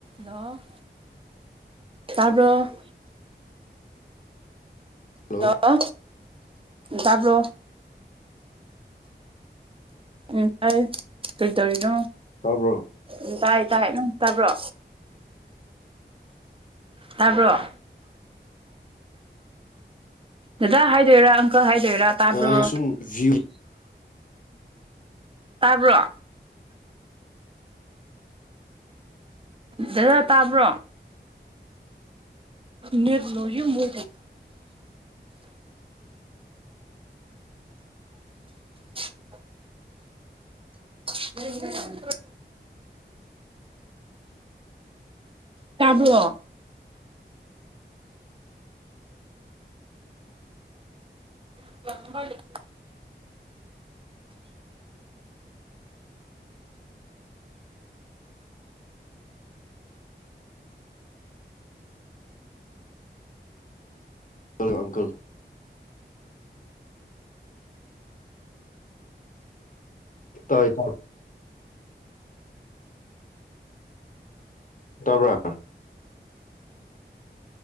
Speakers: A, on the right; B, on the left.
A: ꯂ ꯇꯔꯕ
B: ꯍꯜꯂꯣ
A: ꯍ ꯇꯥꯞ꯭ꯔꯣ ꯎ ꯐꯔ ꯀ ꯇꯔꯔꯣ
B: ꯇꯥꯕ꯭ꯔꯣ
A: ꯎꯝ ꯇꯥꯏ ꯇꯥꯏ ꯅꯪ ꯇꯕ꯭ꯔꯣ ꯇꯥꯕ꯭ꯔꯣ ꯗꯗꯥ ꯍꯥꯏꯗꯣꯏꯔꯥ ꯑꯪꯀꯜ ꯍꯥꯏꯗꯣꯏꯔꯥ ꯇꯥꯕ꯭ꯔꯣ
B: ꯑ ꯁꯨꯝ ꯚ꯭ꯌꯨ
A: ꯇꯥꯕ꯭ꯔꯣ ꯗꯥ ꯇꯥꯕ꯭ꯔꯣ ꯅꯦꯠꯣ ꯃꯣ ꯑꯣ ꯍꯔ ꯇꯥꯕ꯭ꯔꯣ <unintelligible>
B: ꯍꯜꯂꯣ ꯑꯪꯀꯜ ꯇꯥꯏ ꯇꯥꯏ ꯇꯥꯕ꯭ꯔ